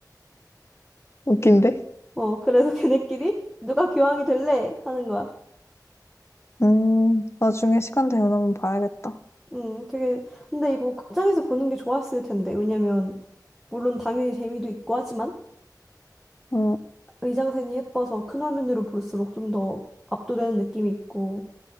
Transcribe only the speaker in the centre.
어, 그래서 <laughs> 걔네끼리 누가 교황이 될래? 하는 거야.
음, 되게 근데 이거 극장에서 보는 게 좋았을 텐데. 왜냐면 물론 당연히 재미도 있고 하지만
의장센이 예뻐서 큰 화면으로 볼수록 좀 더 압도되는 느낌이 있고